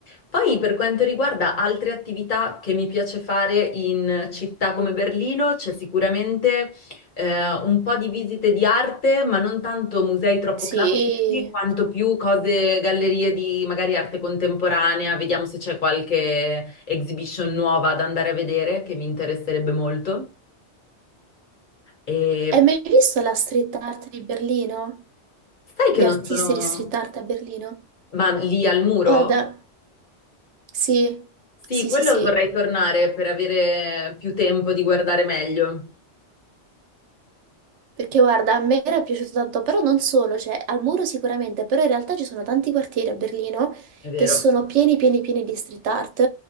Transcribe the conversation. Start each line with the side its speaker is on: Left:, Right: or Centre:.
Left: Poi per quanto riguarda altre attività che mi piace fare in città come Berlino, c'è sicuramente eh, un po' di visite di arte, ma non tanto musei troppo
Right: Sì.
Left: classici, quanto più cose, gallerie di magari arte contemporanea, vediamo se c'è qualche exhibition nuova da andare a vedere che mi interesserebbe molto. E
Right: Hai mai visto la street art di Berlino?
Left: sai
Right: Gli
Left: che non
Right: artisti
Left: sono...
Right: di street art a Berlino?
Left: Ma lì al muro?
Right: Guarda, sì,
Left: Sì,
Right: sì,
Left: quello
Right: sì, sì.
Left: vorrei tornare per avere più tempo di guardare meglio,
Right: Perché guarda, a me era piaciuto tanto, però non solo, cioè al muro sicuramente, però in realtà ci sono tanti quartieri a Berlino
Left: è vero.
Right: che sono pieni, pieni, pieni di street art